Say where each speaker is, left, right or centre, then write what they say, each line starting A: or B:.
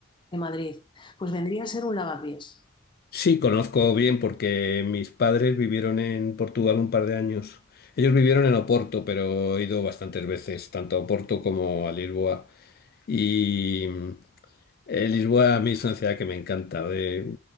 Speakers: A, on the left; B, on the left.
A: de Madrid. Pues vendría a ser un lavapiés.
B: Sí, conozco bien porque mis padres vivieron en Portugal un par de años. Ellos vivieron en Oporto, pero he ido bastantes veces, tanto a Oporto como a Lisboa. Y mm, eh, Lisboa a mí es una ciudad que me encanta, de-